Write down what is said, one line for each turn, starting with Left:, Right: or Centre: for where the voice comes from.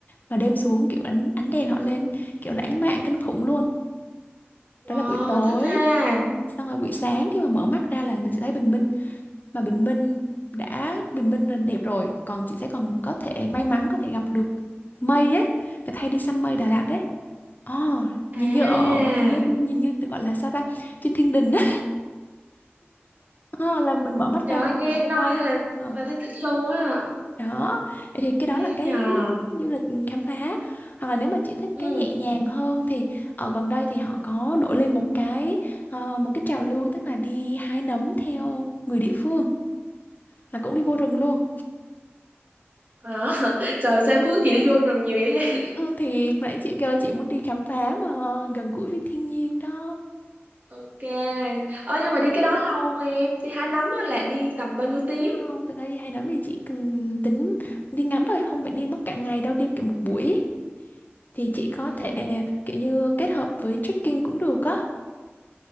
Left: Mà đêm xuống kiểu ánh, ánh đèn họ lên Kiểu lãng mạn kinh khủng luôn
Right: Wow,
Left: Đó là buổi tối
Right: thích ha.
Left: Ừ, Xong rồi buổi sáng khi mà mở mắt ra là mình sẽ thấy bình minh mà bình minh đã bình minh là đẹp rồi còn chị sẽ còn có thể may mắn có thể gặp được mây ấy người ta đi săn mây Đà Lạt đấy Ồ,
Right: À,
Left: nhìn như ở nhìn như nhìn như được gọi là sao ta trên thiên đình á Ờ, là mình mở mắt
Right: trời
Left: ra
Right: ơi,
Left: mình
Right: nghe
Left: chiều
Right: em
Left: trong
Right: nói
Left: mây không
Right: là
Left: à
Right: là thấy thích luôn á.
Left: đó vậy thì cái đó
Right: Nghe
Left: là cái
Right: nhờ.
Left: du lịch khám phá hoặc là nếu mà chị thích
Right: Ừ,
Left: cái nhẹ nhàng hơn thì ở gần đây thì họ có nổi lên một cái ờ, một cái trào lưu tức là đi hái nấm theo người địa phương là cũng đi vô rừng luôn
Right: à, <laughs> trời sao em hướng chị đi vô rừng nhiều dữ vậy? <laughs>
Left: Ừ, thì nãy chị kêu là chị muốn đi khám phá mà gần gũi với thiên nhiên đó.
Right: Ok. Ờ, nhưng mà đi cái đó lâu không em? Đi hái nấm á là đi tầm bao nhiêu tiếng?
Left: Không, thực ra đi hay lắm thì chị cần tính đi ngắn thôi, không phải đi mất cả ngày đâu, đi kiểu một buổi. Thì chị có
Right: Ừ.
Left: thể kiểu như kết hợp với trekking cũng được á.